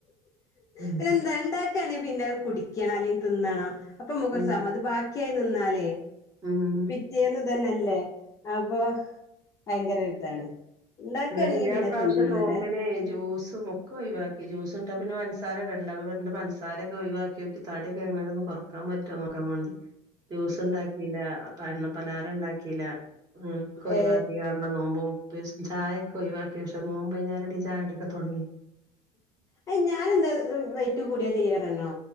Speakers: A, on the right; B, on the left.
A: ഉം
B: പിന്നെ രണ്ടാക്കാണെങ്കിൽ പിന്നെ അത് കുടിക്കണംോ അല്ലെങ്കിൽ തിന്നണംോ അപ്പൊക്കൊരു
A: ഉം
B: സം അത് ബാക്കിയായി ന്നലെ
A: ഉം
B: പിറ്റെന്ന് അ തന്നല്ലേ അപ്പൊ ഭയങ്കര ഉണ്ടാക്കുകയാണെങ്കി
A: എന്നല്ല
B: പിന്നെ
A: പ്ര്രാശ്യം
B: തിന്നണല്ലേ
A: നോമ്പിനേ ജ്യൂസും ഒക്കെ ഒയി ജ്യൂസ് ഉണ്ടാ പിന്ന പഞ്ചസാര ഇടണ്ട അപ്പ പിന്നെ പഞ്ചസാര ഒക്കെ ഒഴവാക്കിോക്കി തടി ഒക്കെ എങ്ങന ഒന്ന് കൊറക്കാൻറ്റോ <unintelligible> ജ്യൂസ് ഉണ്ടാക്കില്ല പ എണ്ണപ്പലാരം ഉണ്ടാക്കില്ല ഉം കൊയ്
B: ഏ
A: വാക്കി കാണ നോമ്പും മുപ്പി ചായയൊക്കെ ഒയിവാക്കി പക്ഷെ നോമ്പൈഞ്ഞേരടി ചായടി തുടങ്ങി
B: അത് ഞാന എന്താ റൈറ്റ് കൂടിയാ ചെയ്യറ്ണര്ണോ